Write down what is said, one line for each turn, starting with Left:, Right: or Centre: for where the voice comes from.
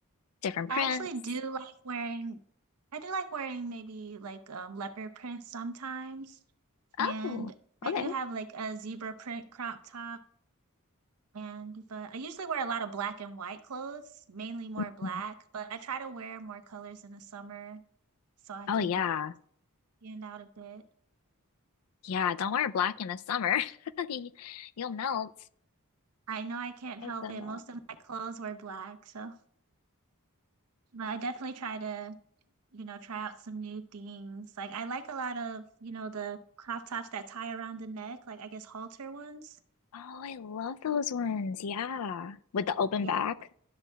Left: different
Right: I
Left: prints?
Right: actually do like wearing, I do like wearing maybe like um, leopard print sometimes. And
Left: Oh,
Right: I
Left: okay.
Right: do have like a zebra print crop top. And but I usually wear a lot of black and white clothes, mainly more
Left: Mhm.
Right: black, but I try to wear more colors in the summer so I
Left: Oh
Right: can,
Left: yeah.
Right: you know, stand out a bit.
Left: Yeah, don't wear black in the summer. <laughs> You- You'll melt.
Right: I know I can't help
Left: I've done
Right: it.
Left: that.
Right: Most of my clothes were black, so but I definitely try to you know, try out some new things. Like I like a lot of, you know, the crop tops that tie around the neck, like I guess halter ones.
Left: Oh, I love those ones. Yeah. With the open
Right: Yeah,
Left: back.
Right: th-